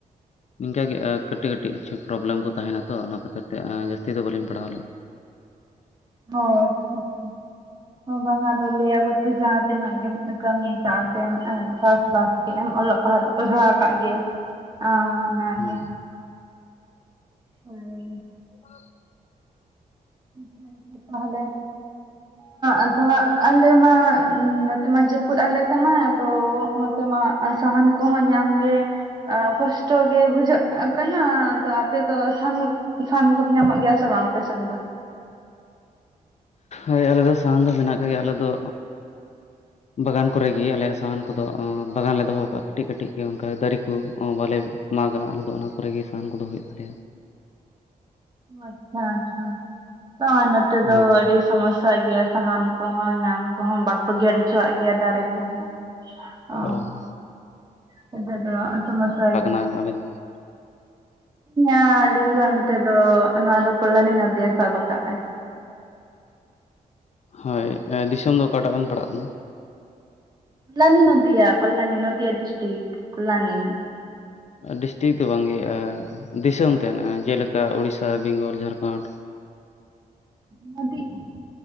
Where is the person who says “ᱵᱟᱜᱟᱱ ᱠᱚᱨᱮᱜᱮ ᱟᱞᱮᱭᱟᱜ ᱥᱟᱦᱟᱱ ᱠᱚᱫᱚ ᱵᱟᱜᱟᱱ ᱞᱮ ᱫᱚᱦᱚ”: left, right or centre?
Left